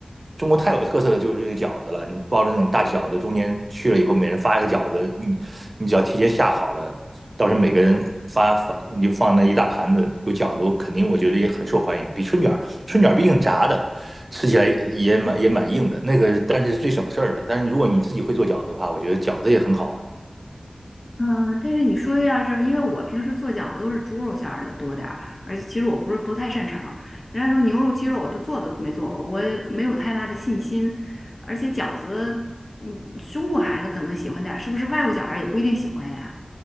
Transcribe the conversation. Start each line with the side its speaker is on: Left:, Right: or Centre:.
Right: 中国太有特色的就是这个饺子了。你包的那种大饺子，中间去了以后，每人发一个饺子，你你只要提前下好了，到时候每个人发发，你就放那一大盘子有饺子，我肯定我觉得也很受欢迎。比春卷儿，春卷儿毕竟炸的，吃起来也蛮也蛮硬的，那个但是最省事儿的。但是如果你自己会做饺子的话，我觉得饺子也很好啊。
Left: 嗯，但是你说的要是，因为我平时做饺子都是猪肉馅儿的多点儿，而且其实我不是不太擅长。人家说牛肉、鸡肉我都做都没做过，我也没有太大的信心。而且饺子，嗯，中国孩子可能喜欢点儿，是不是外国小孩儿也不一定喜欢呀？